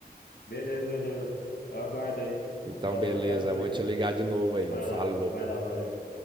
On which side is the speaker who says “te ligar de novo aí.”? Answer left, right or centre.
Right